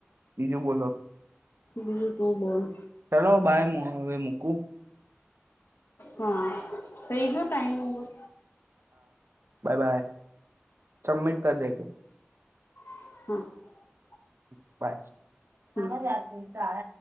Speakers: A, on the right; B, on the left.
A: બીજું બોલો.
B: બીલ તો બોલ.
A: ચલો બાય હું હવે મૂકું.
B: હા. થઈ ગયો ટાઈમ હોવ
A: બાય બાય સબમિટ કર દેગ
B: <inaudible>
A: <unintelligible>
B: હમ
A: હાર જાત સાર